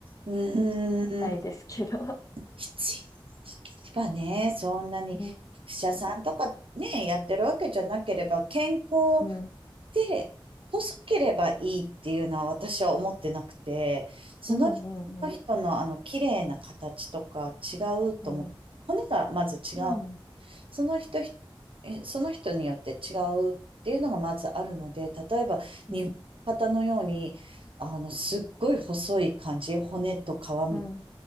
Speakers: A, on the right (about 70°); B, on the left (about 40°).
A: うーん。
B: みたいですけど。
A: 必要ばね、そんなに、
B: うん、
A: 役者さんとかね、
B: うん、
A: やってるわけじゃなければ、健康
B: うん、
A: で、細ければいいっていうのは私は思ってなくて、その人その人のあの綺麗な形とか違うと思う。
B: うん、うん、うん、
A: 骨がまず違う。
B: うん、
A: その人ひ、えその人によって違うっていうのがまずあるので、例えば日本の方のように、
B: うん、
A: あの、すっごい細い感じ、骨と皮み、
B: うん。